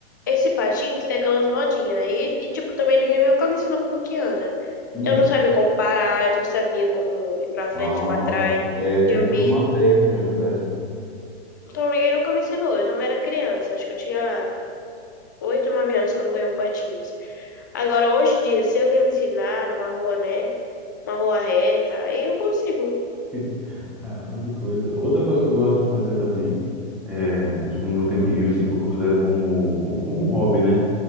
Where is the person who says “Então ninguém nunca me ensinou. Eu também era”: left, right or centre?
Left